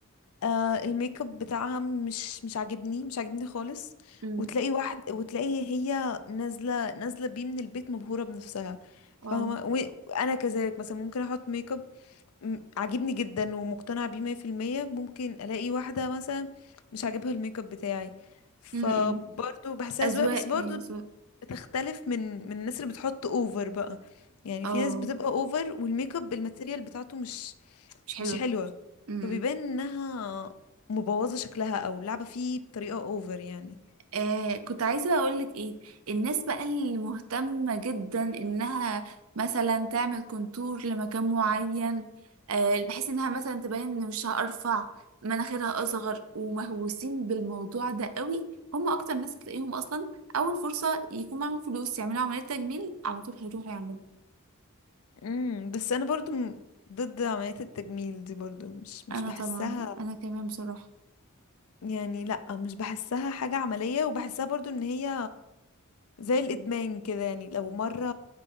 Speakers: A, on the left; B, on the right.
A: آه الميك اب بتاعها مش مش عاجبني مش عاجبني خالص
B: امم
A: وتلاقي واحد وتلاقي هي نازلة نازلة بيه من البيت مبهورة بنفسها فاهمة
B: اه
A: وأنا كذلك مثلا ممكن أحط ميك اب م- عاجبني جدا ومقتنعة بيه مية في المية ممكن ألاقي واحدة مثلا مش عاجبها الميك اب بتاعي فبرضو
B: امم
A: بحسها
B: اذواق
A: أذواق بس برضو
B: هي اذواق
A: بتختلف من من الناس اللي بتحط اوفر بقى يعني
B: اه
A: في ناس بتبقى اوفر والميك اب الماتيريال بتاعته مش
B: مش حلوه
A: مش حلوة
B: امم
A: فبيبان
B: امم.
A: انها مبوظة شكلها او لعبة فيه بطريقة اوفر يعني
B: آه كنت عايزه اقول لك ايه الناس بقى اللي مهتمه جدا انها مثلا تعمل كونتور لمكان معين آه بحيث انها مثلا تبين ان وشها ارفع مناخيرها اصغر ومهووسين بالموضوع ده قوي هم اكتر ناس هتلاقيهم اصلا اول فرصه يكون معاهم فلوس يعملوا عمليه تجميل على طول هيروحوا يعملوا
A: امم بس انا برضو م- ضد عملية التجميل دي برضو مش مش
B: انا
A: بحسها
B: طبعا انا كمان بصراحه
A: يعني لا مش بحسها حاجة عملية وبحسها برضو ان هي زي الادمان كده يعني لو مرة